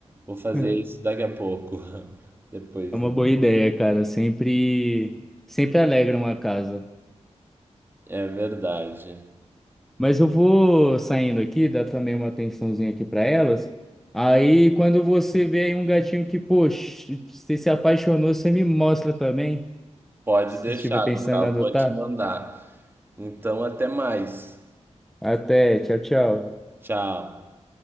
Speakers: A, on the right; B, in the centre.
A: Vou fazer
B: <laughs>
A: isso daqui a pouco, <laughs> depois
B: É uma
A: do...
B: boa ideia, cara. Sempre, sempre alegra uma casa.
A: É verdade.
B: Mas eu vou saindo aqui, dar também uma atençãozinha aqui para elas. Aí, quando você vê aí um gatinho que, poxa, você se apaixonou, você me mostra também,
A: Pode
B: se
A: deixar,
B: estiver pensando
A: Gustavo,
B: em adotar.
A: vou te mandar. Então, até mais.
B: Até, tchau, tchau.
A: Tchau.